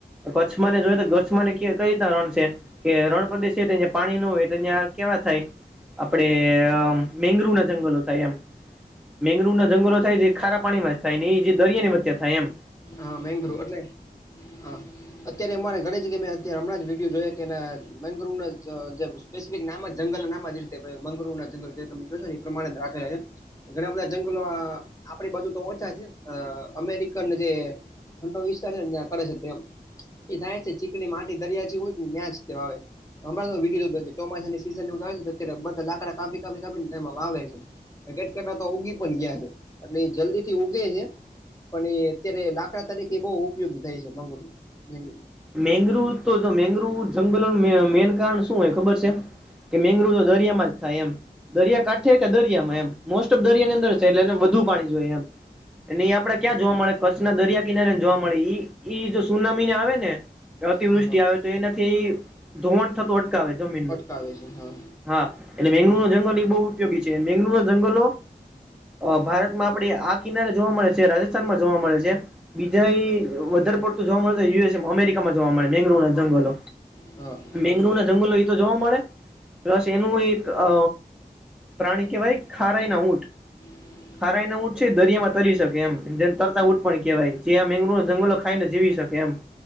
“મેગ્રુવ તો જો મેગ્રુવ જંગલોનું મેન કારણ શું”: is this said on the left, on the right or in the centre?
Centre